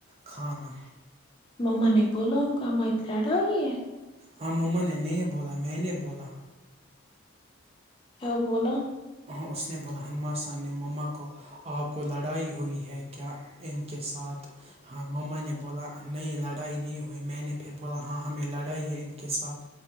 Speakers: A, on the right; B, on the left.
A: کھانا
B: مم نے بول ن کامت لڑائی
A: ہاں مما نے نہیں بولا میں نے بولا
B: کیا بولاو
A: ہ اس نے بولا ہنماسان نے مما کو آپ کو لڑائی ہوئی ہے کیا ان کے ساتھ ہاں مما نے بولا نہیں لڑائی نہیں ہوئی میں نے پھر بولا ہاں ہمیں لڑائی ہے ان کے ساتھ